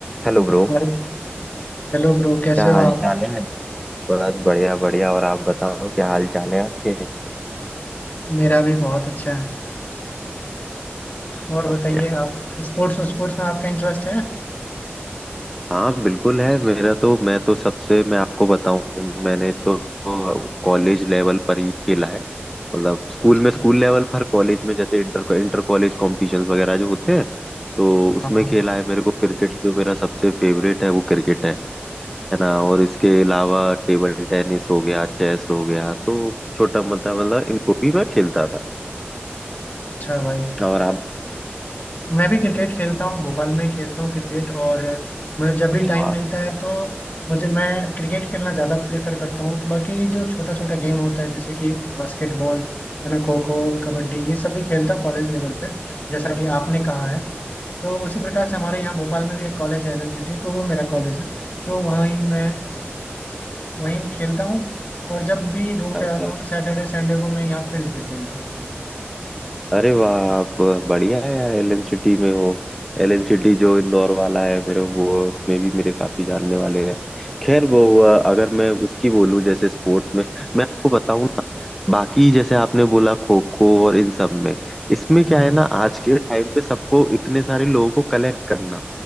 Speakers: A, in the centre; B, on the left.
A: Hello bro
B: और hello bro कैसे
A: क्या
B: हो
A: हाल
B: आप
A: चाल है बस बढ़िया बढ़िया और आप बताओ क्या हाल चाल है आपके
B: मेरा भी बहुत अच्छा है और
A: और
B: बताइए
A: क्या
B: आप स्पोर्ट्स स्पोर्ट्स में आपका इंटरेस्ट है
A: हाँ बिल्कुल है मेरा तो मैं तो सबसे मैं आपको बताऊं मैंने तो कॉलेज लेवल पर ही खेला है मतलब स्कूल
B: अच्छा
A: में स्कूल लेवल पर कॉलेज में जैसे इंटर इंटर कॉलेज कॉम्पिटिशन्स वगैरह जो होते हैं तो उसमें
B: हाँ हाँ
A: खेला है मेरे को क्रिकेट जो मेरा सबसे फेवरेट है वो क्रिकेट है है ना और इसके अलावा टेबल टेनिस हो गया चेस हो गया तो छोटा मोटा मतलब इनको भी मैं खेलता था
B: अच्छा भाई
A: और आप
B: मैं भी क्रिकेट खेलता हूँ भोपाल में खेलता हूँ क्रिकेट और मुझे जब भी
A: धन्यवाद
B: टाइम मिलता है तो मुझे मैं क्रिकेट खेलना ज़्यादा प्रेफर करता हूँ बाकी जो छोटा छोटा गेम होता है जैसे कि बास्केटबॉल है ना खो खो कबड्डी ये सब भी खेलता हूँ कॉलेज लेवल पे जैसा कि आपने कहा है तो उसी प्रकार से हमारे यहाँ भोपाल में भी एक कॉलेज है एल एन सिटी तो वो मेरा कॉलेज है तो वहाँ ही मैं वही मैं खेलता हूँ और जब भी रूम
A: अच्छा
B: पे आता हूँ तो सैटरडे संडे को मैं यहाँ फील्ड पे खेलता हूँ
A: अरे वाह आप बढ़िया है यार एलन सिटी में हो एलन सिटी जो इंदौर वाला है मेरे वो उसमें भी मेरे काफी जानने वाले हैं खैर वो अ, अगर मैं उसकी बोलूं जैसे स्पोर्ट्स में मैं आपको बताऊं ना बाकी जैसे आपने बोला खो खो और इन सब में इसमें क्या
B: हम्म
A: है ना आज के टाइम पे सबको इतने सारे लोगों को कलेक्ट करना